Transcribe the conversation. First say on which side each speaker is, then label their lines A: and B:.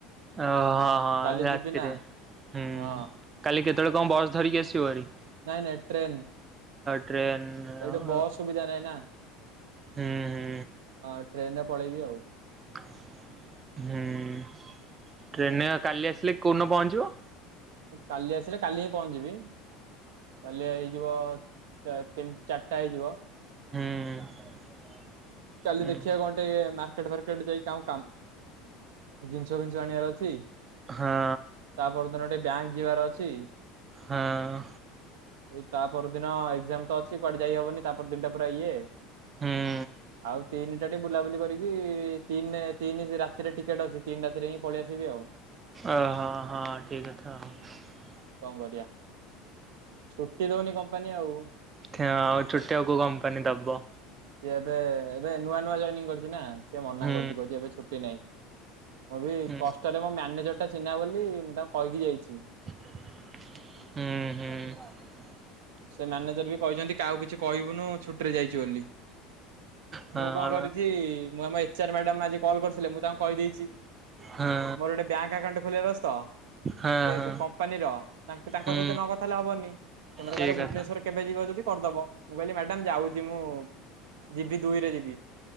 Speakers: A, on the right (about 25°); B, on the right (about 80°).
A: ଓହଁ ହଁ
B: କାଲି
A: ରାତିରେ,
B: ଯିବି ନା।
A: ହୁଁ
B: ହଁ
A: କାଲି କେତେ ତେବେଳେ କଣ ବସ ଧରିକି ଆସିବ ହାରି?
B: ନାଇଁ ନାଇଁ ଟ୍ରେନ୍।
A: ଟ୍ରେନ
B: ଏଇଠୁ
A: ହୁଁ
B: ବସ୍ ସୁବିଧା ନହିଁ ନା।
A: ହୁଁ
B: ହଁ ଟ୍ରେନରେ ପଳେଇବି ଆଉ।
A: ଟା ହୁଁ ।ଟ୍ରେନୟ କାଲି ଆସିଲି କୋଉ ଦିନ ପହଞ୍ଚିବ?
B: କାଲି ଆସିଲେ କାଲି ହିଁ ପହଞ୍ଚଯିବି। କାଲି ହେଇଯିବ ତିନି, ଚାରିଟା ହେଇଯିବ।
A: ହୁଁ।
B: କାଲି
A: ହୁଁ
B: ଦେଖିବା କଣ ଟିକେ ମାର ମାର୍କେଟ ଫାର୍କେଟ ଯାଇ କାଉଁ କାମ ଜିନିଷ ଫିନିଶ ଆଣିବାର ଅଛି।
A: ହଁ
B: ତାପର ଦିନ ଟିକେ ବ୍ୟାଙ୍କ ଯିବାର ଅଛି।
A: ହଁ।
B: ଆଉ ତା ପର ଦିନ ଏକ୍ଜାମ ତ ଅଛି କୁଆଡେ ଯାଇ ହବନି ତା ପର ଦିନ ଟା ପୁରା ଇଏ।
A: ହୁଁ
B: ଆଉ ତିନିଟା ଟିକେ ବୁଲାବୁଲି କରିକି ତିନ ରେ ତିନି ରାତିରେ ଟିକେଟ ଅଛି ତିନି ରାତିରେ ହିଁ ପଳେଇ ଆସିବି ଆଉ।
A: ଓ ହଁ ହଁ ଠିକ କଥା ଆଉ।
B: କଣ କରିବା ଛୁଟି ଦଉନି କମ୍ପାନୀ ଆଉ।
A: ଥେ ଅଁ ଛୁଟି ଆଉ କୋଉ କମ୍ପାନୀ ଦବ?
B: ସେ ଏବେ ଏବେ ନୂଆ ନୂଆ ଜଏନିଙ୍ଗ କରିଛି ନା। ସେ ମନା
A: ହୁଁ
B: କରୁଛି କହୁଛି ଏବେ ଛୁଟି ନାହିଁ ମୁଁ ବି
A: ହୁଁ
B: କଷ୍ଟରେ ମୋ ମ୍ୟାନେଜର ଚିହ୍ନା ବୋଲି ମୁଁ ତାକୁ କହିକି ଯାଇଛି।
A: ହୁଁ ହୁଁ।
B: ସେ ମ୍ୟାନେଜର ବି କହିଛନ୍ତି କାହାକୁ କିଛି କହିବୁନୁ ଛୁଟିରେ ଯାଇଛୁ ବୋଲି।
A: ହଁ
B: ମୁଁ କଣ କରିଛି ମୁଁ ଆମ ଏଚ ଆର ମ୍ୟାଡାମ ଆଜି କଲ୍ କରିଥିଲେ ମୁଁ ତାଙ୍କୁ କହିଦେଇଛି।
A: ହଁ
B: ମୋର ଗୋଟେ ବ୍ୟାଙ୍କ ଆକାଉଣ୍ଟ ଖୋଲିବାର ଅ ସେ
A: ହଁ ହଁ
B: ବ କମ୍ପାନୀର ତାଙ୍କୁ ତାଙ୍କ
A: ହୁଁ
B: ସହିତ ନ କଥା ହେଲେ ହବନି। ସେ ମତେ
A: ଠିକ
B: କହିଲେ
A: କଥା
B: ଭୁବନେଶ୍ଵର କେବେ ଯିବ ଯଦି କରିଦବ ମୁଁ କହିଲି ମ୍ୟାଡାମ ଯାଉଛି ମୁଁ। ଯିବି ଦୁଇରେ ଯିବି।